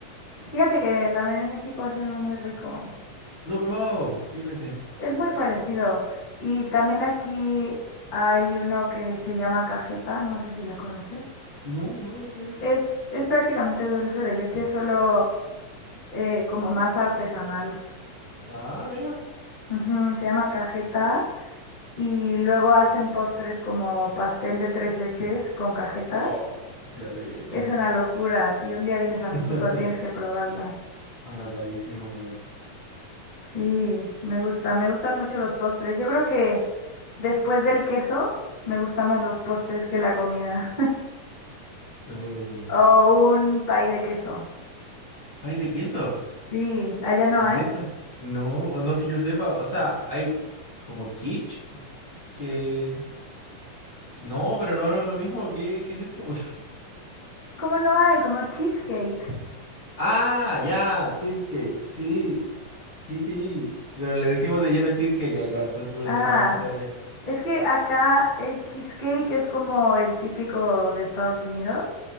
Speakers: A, on the left; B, on the left.
A: Fíjate que también en México hacen uno muy rico.
B: No he probado, fíjate.
A: Es muy parecido. Y también aquí hay uno que se llama cajeta, no sé si la conoces.
B: No, no, ¿qué es eso?
A: Es, es prácticamente dulce de leche, solo eh, como más artesanal.
B: Ah, mira.
A: Ujú, se llama cajeta y luego hacen postres como pastel de tres leches con cajeta.
B: Oh, qué rico.
A: Es una locura, si un día vienes
B: <laughs>
A: a México tienes que probarla.
B: Anotadísimo, weón.
A: Sí, me gusta, me gustan mucho los postres. Yo creo que después del queso me gustan más los postres que la comida.
B: Do-
A: O un pay de queso.
B: ¿Pay de queso?
A: Sí, allá no
B: ¿Y
A: hay.
B: eso? No, o no que yo sepa. O sea, hay como quiche que... No, pero no, no es lo mismo. ¿Qué, qué es eso? <laughs>
A: ¿Cómo no hay? Como cheesecake.
B: Ah, ya, cheesecake. Sí, sí, sí. Pero le decimos de lleno cheesecake acá, entonces por
A: Ah,
B: eso no, no sabía.
A: es que acá el cheesecake es como el típico de Estados Unidos.